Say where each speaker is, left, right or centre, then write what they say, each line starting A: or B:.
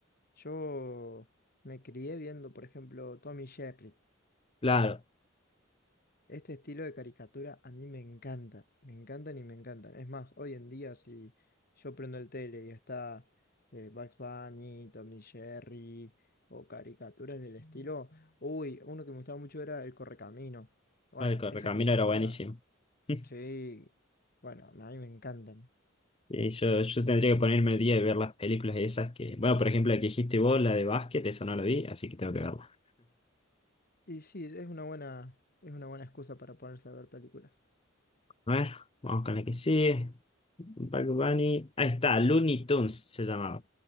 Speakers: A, on the left; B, on the left.
A: Yo me crié viendo, por ejemplo, Tommy Jerry.
B: Claro,
A: Este estilo de caricatura a mí me encanta, me encantan y me encantan. Es más, hoy en día si yo prendo el tele y está eh, Bugs Bunny, Tom y Jerry o caricaturas del estilo, uy, uno que me gustaba mucho era El Correcamino. Bueno,
B: claro, el Correcamino
A: esa caricatura,
B: era buenísimo. <laughs>
A: sí, bueno, a mí me encantan.
B: Y yo, yo tendría que ponerme el día y ver las películas esas que. Bueno, por ejemplo, la que dijiste vos, la de básquet, esa no la vi, así que tengo que verla.
A: Y sí, es una buena, es una buena excusa para ponerse a ver películas.
B: A ver, vamos con la que sigue. Bad Bunny. Ahí está, Looney Tunes se llamaba.